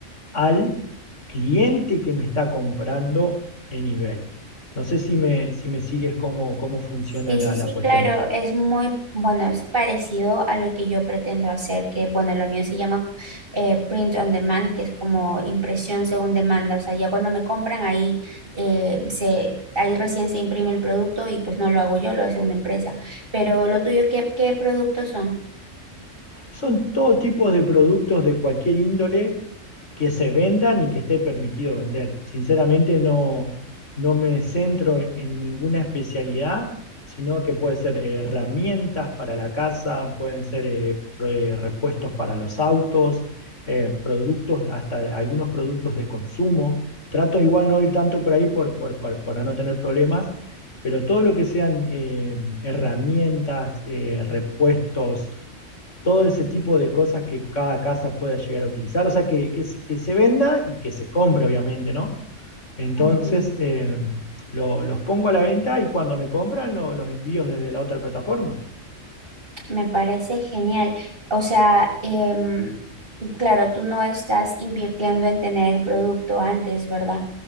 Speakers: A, on the left; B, on the right.
A: al cliente que me está comprando en eBay. No sé si me, si me sigues cómo, cómo funciona
B: Sí,
A: la,
B: sí, sí,
A: la cuestión.
B: claro, es muy, bueno, es parecido a lo que yo pretendo hacer, que bueno, lo mío se llama eh, print on demand, que es como impresión según demanda, o sea, ya cuando me compran ahí eh, se, ahí recién se imprime el producto y pues no lo hago yo, lo hace una empresa. Pero lo tuyo, ¿qué, qué productos son?
A: Son todo tipo de productos de cualquier índole que se vendan y que esté permitido vender. Sinceramente no, no me centro en ninguna especialidad, sino que puede ser eh, herramientas para la casa, pueden ser eh, pro- eh, repuestos para los autos, eh, productos, hasta de- algunos productos de consumo. Trato igual no ir tanto por ahí por, por- por- para no tener problemas, pero todo lo que sean eh, herramientas, eh, repuestos, todo ese tipo de cosas que cada casa pueda llegar a utilizar, o sea, que, que, se- que se venda y que se compre, obviamente, ¿no? Entonces,
B: Ujú,
A: eh, lo- los pongo a la venta y cuando me compran lo- los envíos desde la otra plataforma.
B: Me parece genial. O sea, em, claro, tú no estás invirtiendo en tener el producto antes, ¿verdad?